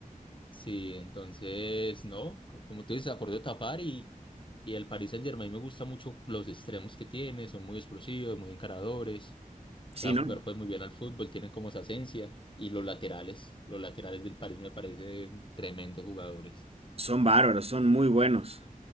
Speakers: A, on the left; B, on the right.
A: Sí, entonces, no, co- como tú dices, acordó tapar y, y el Paris Saint-Germain me gusta mucho los extremos que tiene, son muy explosivos, muy encaradores,
B: Sí,
A: saben
B: ¿no?
A: jugar pues muy bien al fútbol, tienen como esa esencia y los laterales, los laterales del París me parecen tremendos jugadores.
B: Son bárbaros, son muy buenos.